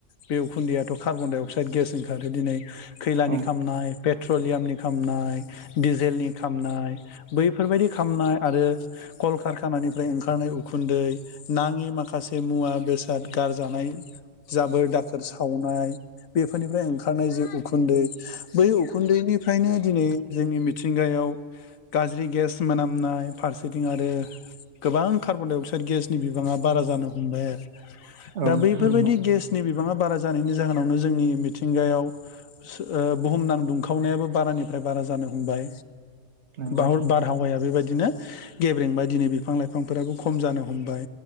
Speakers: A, on the left (about 75°); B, on the right (about 55°).
A: बे उखुन्दैयाथ' कार्बन-डाइ अक्साइद गेस ओंखारो दिनै खैलानि
B: औ
A: खामनाय पेट्रलियामनि खामनाय डिजेलनि खामनाय बैफोरबायदि खामनाय आरो कलकारखानानि ओमफ्राय ओंखारनाय उखुन्दै नाङि माखासे मुवा बेसाद गारजानाय जाबोर दाखोर सावनाय बेफोरनिफ्राय ओंखारनाय जे उखुन्दै बै उखुन्दैनिफ्रायनो दिनै जोंनि मिथिंगाया आव गाज्रि गेस मोनामनाय फारसेथिं आरो गोबां कार्बन डाइ अक्स गेसनि बिबाङा बारा जानो हमबाय आरो
B: औ नोंथां
A: दा बैफोरबायदि
B: नंगौ
A: गेसनि बिबाङा बारा जानायनि जाहोनावनो जोंनि मिथिंगायाव ओ बुहुमनां दुंखावनायाबो बारानिफ्राय बारा जानो हमबाय
B: नंगौ
A: बाव बारहावाया बेबायदि बिदिनो गेब्रेंबाय दिनै बिफां लाइफांफोराबो खम जानो हमबाय